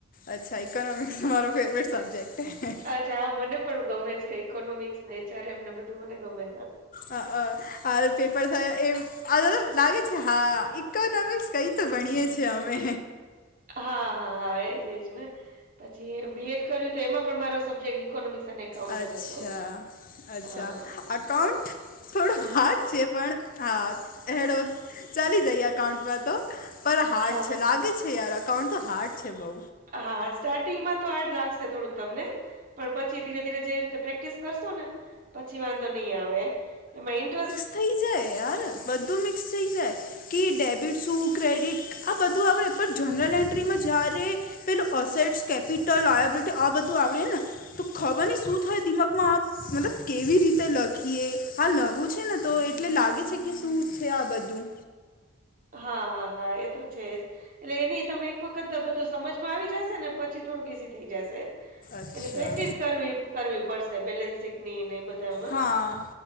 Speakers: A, on the left; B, on the right.
A: અચ્છા, એકઇકોનોમિક્સ તમારો ફેવરેટ સબજેક્ટ હ.
B: અચ્છા, હા મને પણ ગમે છે ઇકોનોમિક્સ નેચાર એમને બધું મને ગમે.
A: અ હ પેપર થયા એમ અ લાગે છે હા ઇકોનોમિક્સ કઈ તો ભણીએ છીએ અમે.
B: હા હા હા, એજજ ને પછી બી એડ કર્યું તો એમાં પણ મારો સબ્જેક્ટ ઇકોનોમિક્સ. અને એકાઉન્ટ
A: અચ્છા,
B: જ હતો
A: અચ્છા
B: હા
A: અકાઉન્ટ? થોડો હાજ છે પણ હા હેડો ચાલી જાય એકાઉન્ટમાં તો. પર હાર્ડ
B: હા
A: છે લાગે છે યાર અકાઉન્ટ તો હાર્ડ છે બઉ.
B: હા હા, સ્ટાર્ટિંગમાં તો હાર્ડ લાગશે થોડુંક તમને. પણ પછી ધીરે ધીરે જેવી રીતે પ્રેક્ટિસ કરશો ને પછી વાંધો નઈ આવે એમાં ઇન્ટરેસ્ટ
A: થઇ જાય યાર બધું મિક્સ થઈ જાય. કે ડેબિટ શું ક્રેડિટ આ બધું આવડે પણ જનરલ એન્ટ્રીમાં જ્યારે પેલસેટ કેપિટલ લબિલટી આ બધું આવડેને. તો ખાવાની શું થાય દિમાગમાં આ મતલબ કેવી રી તે લખીએ હાલ નવું છે ને તો એટલે લાગે છે કે શું છે આ બધું.
B: હા હા હા એ તો છે. એટલે એની તમને એક વખત બધું સમજમાં આવી જશે ને પછી થોડુંક ઈઝી થઈ જશે.
A: અચ્છા
B: એની પ્રેક્ટિસ કરવી કરવી પડશે બેલેન્સ ની નઈ બધામાં
A: હા